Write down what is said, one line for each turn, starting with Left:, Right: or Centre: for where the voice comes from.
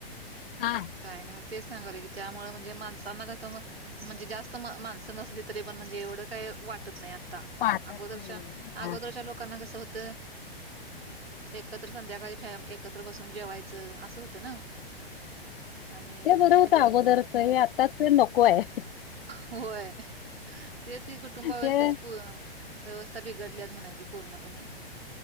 Left: हा
Right: काय नाही मग तेच सांगावल की त्यामुळ म्हणजे माणसांना त्याचा म म्हणजे जास्त माणसं नसली तरी पण, म्हणजे एवढं काही वाटत नाही आता.
Left: पाहतच
Right: अगोदरच्या
Left: नाहीये हा
Right: अगोदरच्या लोकांना कस होत, एकत्र संध्याकाळी फॅम एकत्र बसून जेवायचं असं होतं ना. आणि
Left: ते बर
Right: म्हणजे
Left: होत अगोदरच. हे आत्ताच नको आहे.
Right: होय तेच ही कुटुंबा व्यवस्थेची
Left: हे
Right: व्यवस्था बिघडली म्हणायची. पूर्णपणे